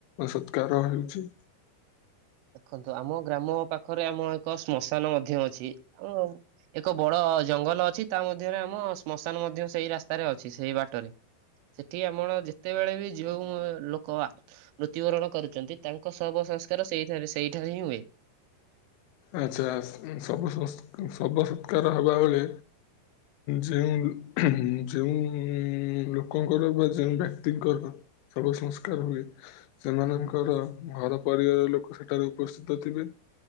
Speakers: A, on the left (about 85°); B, on the right (about 85°).
A: ସତ୍କାର ହେଉଛି।
B: ଦେଖନ୍ତୁ ଆମ ଗ୍ରାମ ପାଖରେ ଆମ ଏକ ଶ୍ମଶାନ ମଧ୍ୟ ଅଛି, ଆ ଏକ ବଡ ଅ ଜଙ୍ଗଲ ଅଛି, ତା ମଧ୍ୟରେ ଆମ ଶ୍ମଶାନ ମଧ୍ୟ ସେଇ ରାସ୍ତାରେ ଅଛି ସେଇ ବାଟରେ ସେଠି ଆମର ଯେତେବେଳେ ବି ଯଉ ଲୋକ ମୃତ୍ୟୁବରଣ କରୁଛନ୍ତି ତାଙ୍କ ସହ ସଂସ୍କାର ସେଠ ସେଇଠାରେ ହିଁ ହୁଏ।
A: ଆଚ୍ଛା ଶବ ଶବ ସତ୍କାର ଶବ ସତ୍କାର ହେବାବେଳେ ଯେଉଁ ଯେଉ ଲୋକଙ୍କର ବା ଯେୋଉଁ ବ୍ୟକ୍ତିଙ୍କର ସବୁ ସଂସ୍କାର ହୁଏ ସେମାନଙ୍କର ଘର ପରିବାର ଲୋକ ସେଠାରେ ଉପସ୍ଥିତ ଥିବେ।